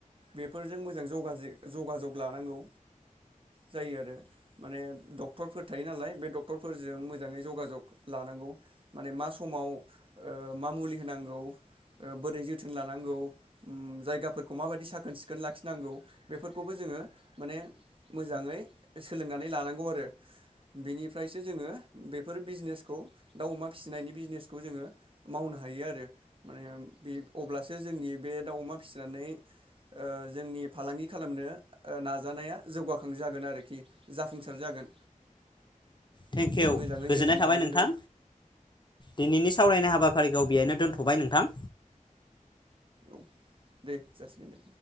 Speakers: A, on the right; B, on the left.
A: बेफोरजों मोजां जगाजग लानांगौ जायो आरो माने डक्टरफोर थायो नालाय बे डक्टर फोरजों मोजाङै जगाजग लानांगौ माने मा समाव ओ मा मुलि होनांगौ बोरै जोथोन लानांगौ जायगाफोरखौ माबायदि साखोन सिखोन लाखिनांगौ बेफोरखौबो जोङो माने मोजाङै सोलोंनानै लानांगौ आरो बेनिफ्रायसो जोङो बेफोर बिजनेखौ दाउ अमा फिसिनायनि बिजनेखौ जोङो मावनो हायो आरो माने अब्लासो जोंनि बे दाउ अमा फिसिनानै ओ जोंनि फालांगि खालामनो नाजानाया जौगाखां जागोन आरोखि जाफुंसार जागोन।
B: थेंकिउ
A: मोजाङै
B: गोजोननाय
A: जोथोन
B: थाबाय
A: लानांगोन
B: नोंथां दिनैनि सावरायनाय हाबाफारिखौ बेहायनो दोनथ'बाय नोंथां।
A: औ दे जासिगोन दे।